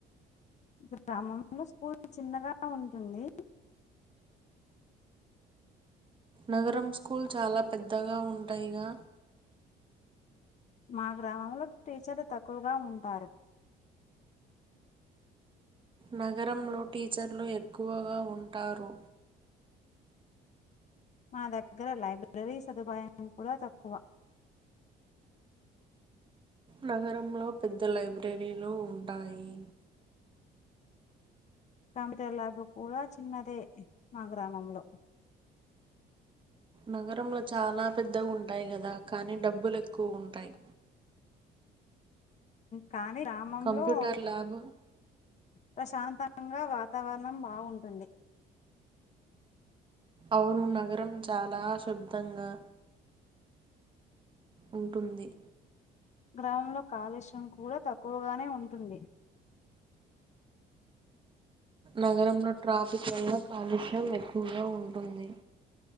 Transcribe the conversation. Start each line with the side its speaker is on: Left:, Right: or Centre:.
Left: గ్రామంలో స్కూల్ చిన్నగా ఉంటుంది
Right: నగరం స్కూల్ చాలా పెద్దగా ఉంటాయిగా
Left: మా గ్రామంలో టీచర్లు తక్కువగా ఉంటారు
Right: నగరంలో టీచర్లు ఎక్కువగా ఉంటారు
Left: మా దగ్గర లైబ్రరీ సదుపాయం కూడా తక్కువ
Right: నగరంలో పెద్ద లైబ్రరీలు ఉంటాయి
Left: కంప్యూటర్ ల్యాబ్ కూడా చిన్నదే మా గ్రామంలో
Right: నగరంలో చాలా పెద్ద ఉంటాయి కదా కానీ డబ్బులు ఎక్కువ ఉంటాయి
Left: కానీ గ్రామంలో
Right: కంప్యూటర్ ల్యాబ్
Left: ప్రశాంతంగా వాతావరణం బావుంటుంది
Right: అవును నగరం చాలా షాబ్ధంగా ఉంటుంది
Left: గ్రామంలో కాలుష్యం కూడా తక్కువగానే ఉంటుంది
Right: నగరంలో ట్రాఫిక్ వల్ల కాలుష్యం ఎక్కువగా ఉంటుంది